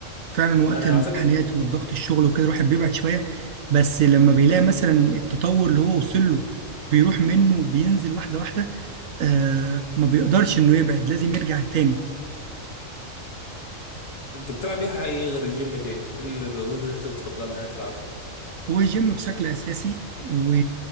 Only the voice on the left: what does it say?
انا
على فكره
انت بتلعب ايه حقيقي غير الجيم تاني ايه الرياضات اللي انت بتفضلها يعني تلعبها